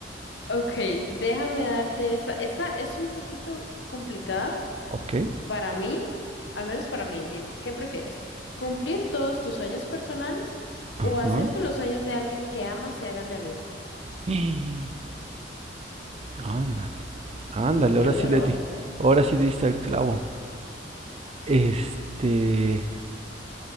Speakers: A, on the left; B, on the right.
A: Ok, déjame darte esa. Esta es un poquito complicada
B: Ok.
A: para mí, al menos para mí. Dice, ¿qué prefieres? ¿Cumplir todos tus sueños personales
B: Ajá.
A: o hacer que los
B: <gasps>
A: sueños de alguien que amas se hagan realidad?
B: <laughs> Ándale. Ándale,
A: Sí,
B: ahora
A: qué duro.
B: sí le di. Ahora sí diste al clavo. Este.